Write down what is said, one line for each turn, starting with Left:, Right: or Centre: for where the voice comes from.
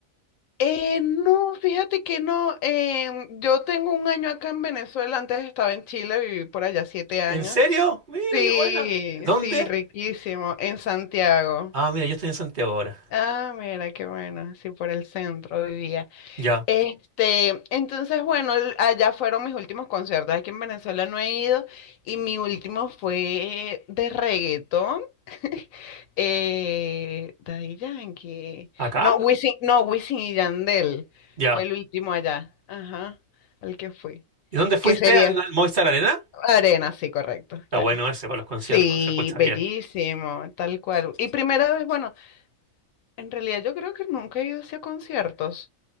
Left: Eh, no, fíjate que no. em, yo tengo un año acá en Venezuela, antes estaba en Chile, viví por allá siete años.
Right: ¿En serio? Mira,
Left: Sí,
Right: qué buena. ¿Dónde?
Left: sí, riquísimo, en Santiago.
Right: Ah, mira, yo estoy en Santiago ahora.
Left: Ah, mira, qué bueno, sí, por el centro vivía.
Right: Ya.
Left: Este, entonces, bueno, el- allá fueron mis últimos conciertos. Aquí en Venezuela no he ido y mi último fue de reggaetón. <laughs> Eh, Daddy Yankee.
Right: ¿Acá?
Left: No, Wisin,
Right: No,
Left: no, Wisin y Yandel
Right: Ya.
Left: fue el último allá. Ajá, al que fui.
Right: ¿Y dónde fuiste?
Left: Que sería
Right: ¿Al, al Movistar Arena?
Left: Arena, sí, correcto,
Right: Está
Left: claro.
Right: bueno ese para los conciertos,
Left: Sí,
Right: se escucha
Left: bellísimo,
Right: bien.
Left: tal cual. Y primera vez, bueno, en realidad yo creo que nunca he ido hacia conciertos.